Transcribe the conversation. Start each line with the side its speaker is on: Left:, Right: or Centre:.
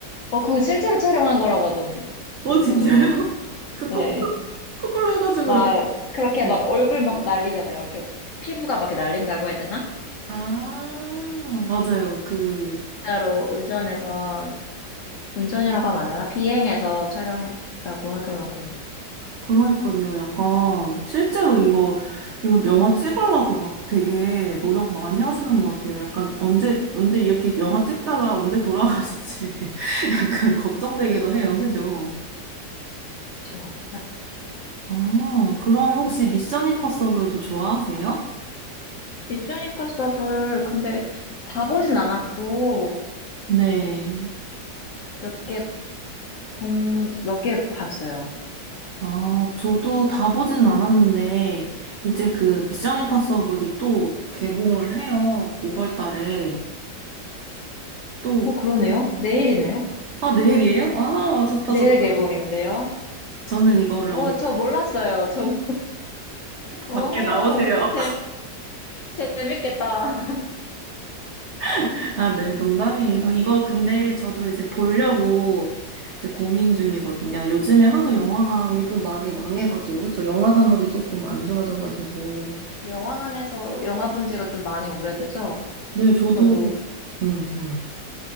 Left: 어, 그거 실제로 촬영한 거라고 하던데,
Right: 어, 진짜요?
Left: 그죠?
Right: <laughs> 그,
Left: 네.
Right: 거꾸로, 거꾸로 해가지고
Left: 막,
Right: 이렇게.
Left: 그렇게
Right: 네.
Left: 막 얼굴 막 날리잖아요. 이렇게 피부가 막 이렇게 날린다고 해야 되나?
Right: 아, 맞아요. 그,
Left: 따로 운전해서, 운전이라고 하면 안 되나? 비행해서 촬영했다고 하더라고요.
Right: 그러니까요. 약간 실제로 이거 이거 영화 찍으려고 막 되게 노력 많이 하시는 것 같아요. 약간 언제 언제 이렇게 영화 찍다가 언제 돌아가실지 <laughs> 약간 걱정되기도 해요. 그죠?
Left: 그렇죠.
Right: 아, 그러면 혹시 미션 임파서블도 좋아하세요?
Left: 미션 임파서블, 근데 다 보진 않았고,
Right: 네.
Left: 몇 개, 봉, 몇 개 봤어요.
Right: 아, 저도 다 보진 않았는데 이제 그 미션 임파서블이 또 개봉을 해요. 5월 달에. 또
Left: 어, 그러네요? 내일이네요?
Right: 아, 내일이에요? 아, 좋다,
Left: 내일
Right: 좋다.
Left: 개봉인데요?
Right: 저는 이거를
Left: 오 저 몰랐어요. 좀, 오,
Right: 밖에 나오세요.
Left: 재, 재밌겠다.
Right: <laughs> 아, 네, 농담이에요. 이거 근데 저도 이제 보려고 이제 고민 중이거든요. 요즘에 하도 영화관이 좀
Left: 음,
Right: 많이 망해가지고, 저 영화 산업이 조금 안 좋아져가지고.
Left: 영화관에서 영화 본 지가 좀 많이 오래돼서,
Right: 네, 저도,
Left: 저도,
Right: 음, 음.